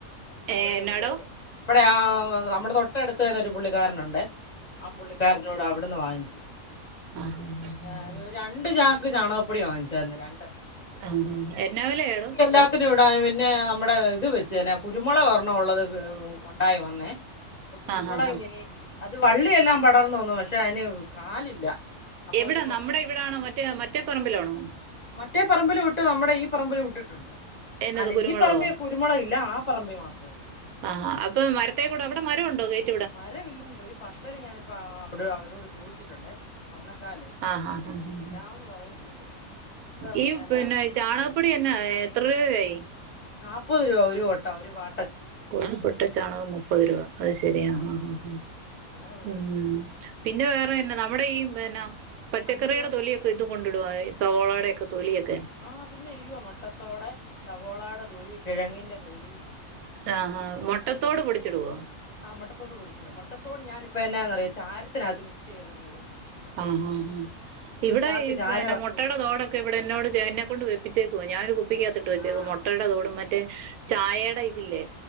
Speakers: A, on the right; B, on the left.
A: ഏഹ്
B: അവിടൊരു
A: എന്നാടോ
B: പുള്ളി നമ്മടെ ആഹ് നമ്മടെ തൊട്ട അടുത്ത് തന്നെ ഒരു പുള്ളിക്കാരനുണ്ടെ ആഹ് പുള്ളിക്കാരനോട് അവിടുന്ന് വാങ്ങിച്ചു
A: ആഹ് <unintelligible>
B: ആ ഒരു രണ്ട് ചാക്ക് ചാണകപ്പൊടി വാങ്ങിച്ചാര്ന്ന് രണ്ട്
A: ആഹ് എന്നാ വെലയാടൊ
B: എല്ലാത്തിനിവ്ട പിന്നെ നമ്മടെ ഇത് വെച്ച് തന്നെ കുരുമുളക് ഒരണം ഉള്ളത് ഉണ്ടായി വന്നേ ഇപ്പൊ കുരുമുളക്
A: ആഹ് ആഹ് ആഹ്
B: എങ്ങനി അത് വള്ളിയെല്ലാം പടർന്നൊന്നു പക്ഷെ അയിന് കാലില്ല അപ്പൊ
A: എവിടാ
B: ഒരു കൊന്ന
A: നമ്മുടെ ഇവിടാണൊ, മറ്റെ മറ്റെ പറമ്പിലാണോ.
B: മറ്റേ പറമ്പിലും ഇട്ട് നമ്മുടെ ഈ പറമ്പിലും ഇട്ടിട്ടുണ്ട്.
A: എന്നത്
B: അല്ലെ
A: കുരുമുളകോ
B: ഈ പറമ്പില <unintelligible> കരുമുളക് ഇല്ല. ആ പറമ്പ് മാത്രെയൊള്ളു.
A: ആഹ് അപ്പൊ മരത്തെക്കൂടെ അവിടെ മരം ഉണ്ടൊ ഗേ <unintelligible>
B: മരവില്ലെന്നെ. ഒരു പത്തല് ഞാനിപ്പോ അ അവരോട് ചോദിച്ചിട്ടുണ്ട് ഒന്നക്കാല്.
A: ആഹ് ഹഹ് ഹ് ഹ്
B: ന്ന് പറഞ്ഞിട്ടുണ്ട് ഇപ്പം
A: ഈ
B: എന്നാ
A: പിന്നെ ചാണകപ്പൊടി എന്നാ എത്ര രൂവയായി.
B: നാപ്പത് രൂപ ഒരു കൊട്ട ഒരു വാ
A: ഒരു കൊട്ട ചാണകം മുപ്പത് രൂപ. അത് ശരിയാ
B: ആഹ്
A: ഉം
B: ആഹ്
A: ഉം
B: ആഹ്
A: ഉം
B: അങ്ങനെ മേടിച്ചു
A: ഉം പിന്നെ വേറെന്നാ നമ്മുടെ ഈ പിന്നെ പച്ചക്കറിയുടെ
B: അഞ്ച് കൊട്ട
A: തൊലിയൊ ഇത് കൊണ്ടിടുവാ ഈ സവാളേടെ ഒക്കെ തൊലിയൊക്കെ
B: ആഹ് പിന്നെ ഇയ്യോ മുട്ടത്തോട് സവോളയുടെ തൊലി. കിഴങ്ങിന്റെ തൊലി.
A: ആഹ് ആഹ് മുട്ടത്തോട് പൊടിച്ചിടുവോ.
B: ആഹ് മുട്ടത്തോട് പൊടിച്ച്ടും. മൊട്ടത്തോട് ഞാനിപ്പ എന്നാന്ന് അറിയുവോ ചാരത്തിനകത്ത് മിക്സ് ചെയ്ത് അങ്ങിടും.
A: ആഹ് ആഹ് ആഹ് ഇവിടെ
B: ചാക്ക്
A: ഈ
B: ചാരമാക്കി
A: പിന്നെ മുട്ടയുടെ
B: വെച്ചിട്ടുണ്ട്
A: തോടൊ ത് ഇവ്ടെന്നോട് ചെ എന്നെ കൊണ്ട് വെപ്പിച്ചേക്ക്വ. ഞാ ഒരു കുപ്പിക്കാത്ത്ട്ട് വെച്ചേകുവ
B: ആഹ്
A: മൊട്ടേട തോടും മ റ്റ് ചായേട ഇതില്ലെ.